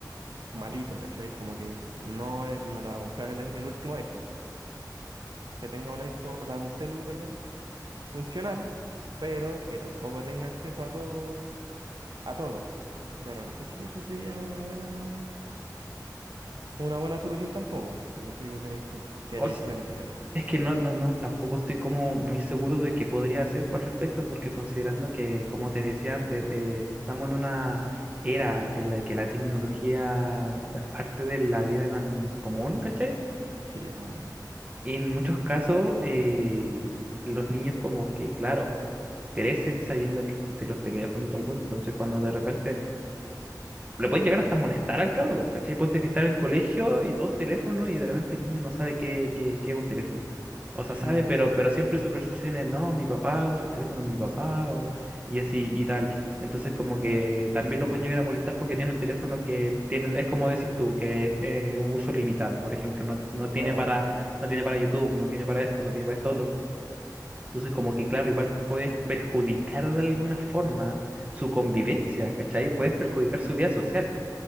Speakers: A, on the right; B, on the right.
A: malito, ¿cachai? Como que no, es- no lo va a comprar el, i- el último iPhone. Que tenga un iPhone, o sea, un celu, perdón funcional, pero que tampoco tenga acceso a todo, a todo. Pero no sé si eso sería una buena, una buena solución tampoco. No sé qué opinas tú. ¿Qué
B: O
A: harías tú en ese caso?
B: Es que no, no, no, tampoco estoy como muy seguro de qué podría hacer por respecto, porque considerando que, como te decía antes, eh, estamos en una era en la que la tecnología es parte de la vida nan- común, ¿cachai?
A: Sí, po,
B: en muchos casos, eh, los niños como que, claro, crecen sabiendo que existen los teléfonos y todo el cuento, entonces cuando de repente le pueden llegar hasta molestar al cabro, po, ¿cachai? Ponte que está en el colegio y todos teléfonos y de repente el niño no sabe qué, qué, qué es un teléfono. O sea,
A: sí,
B: sabe,
A: po,
B: pero, pero siempre su percepción es, no, mi papá usa el teléfono de mi papá o, y así y tal. Entonces como que también lo pueden llegar a molestar porque tiene un teléfono que tienen, es como decís tú, que es eh, uso limitado. Por ejemplo, no, no
A: claro,
B: tiene para,
A: sí,
B: no tiene para YouTube, no tiene para esto, no tiene para esto otro. Entonces como que claro, igual puedes perjudicar de alguna forma su convivencia, ¿cachai? Puedes perjudicar su vida social.